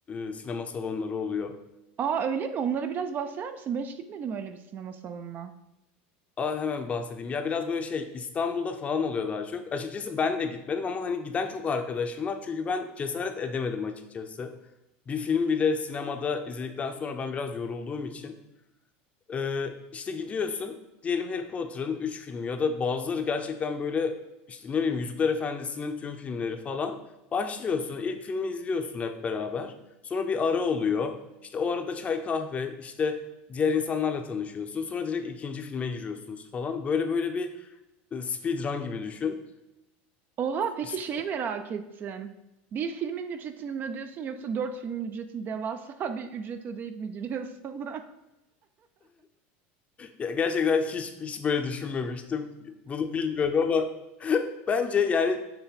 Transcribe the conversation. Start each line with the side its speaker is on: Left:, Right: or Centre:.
Left: e, sinema salonları oluyor.
Right: Aa öyle mi? Onlara biraz bahseder misin? Ben hiç gitmedim öyle bir sinema salonuna.
Left: Aa, hemen bahsedeyim. Ya biraz böyle şey İstanbul'da falan oluyor daha çok. Açıkçası ben de gitmedim ama hani giden çok arkadaşım var. Çünkü ben cesaret edemedim açıkçası. Bir film bile sinemada izledikten sonra ben biraz yorulduğum için. Ee, işte gidiyorsun diyelim Harry Potter'ın 3 filmi ya da bazıları gerçekten böyle işte ne bileyim Yüzükler Efendisi'nin tüm filmleri falan. Başlıyorsun ilk filmi izliyorsun hep beraber. Sonra bir ara oluyor. İşte o arada çay kahve işte diğer insanlarla tanışıyorsun. Sonra direkt ikinci filme giriyorsunuz falan. Böyle böyle bir e, speedrun gibi düşün.
Right: Oha peki
Left: İşte
Right: şeyi merak ettim. Bir filmin ücretini mi ödüyorsun yoksa dört filmin ücretini devasa <laughs> bir ücret ödeyip mi giriyorsun? <laughs>
Left: Ya gerçekten hiç hiç böyle düşünmemiştim. Bunu bilmiyorum ama <laughs> bence yani